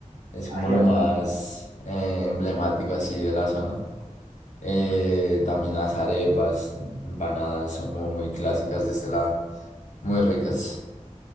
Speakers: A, on the left; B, on the right.
A: Es
B: Ajiaco,
A: como lo más
B: vale,
A: eh, emblemático así de la zona. Eh,
B: vale,
A: también las arepas, empanadas, son como
B: vale.
A: muy clásicas de este lado, muy ricas.